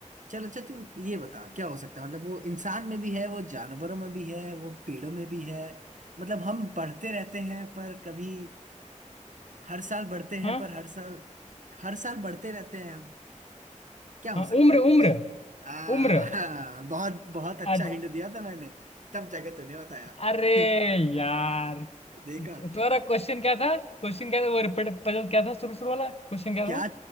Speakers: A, on the right; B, on the left.
A: चल अच्छा तू ये बता क्या हो सकता है मतलब वो इंसान में भी है वो जानवरों में भी है वो पेड़ों में भी है मतलब हम पढ़ते रहते हैं पर कभी हर साल बढ़ते
B: हाँ
A: हैं पर हर साल हर साल बढ़ते रहते हैं हम क्या हो
B: हाँ
A: सकता
B: उम्र
A: है कुछ
B: उम्र
A: आ <laughs>
B: उम्र
A: हाँ, बहुत बहुत अच्छा
B: अ-
A: हिंट दिया था मैंने तब जाके तूने बताया
B: अरे
A: <laughs>
B: यार
A: देखा
B: तुम्हारा क्वेश्चन क्या था क्वेश्चन क्या था वो रिपीट क्या था शुरू शुरू वाला क्वेश्चन क्या
A: क्या
B: था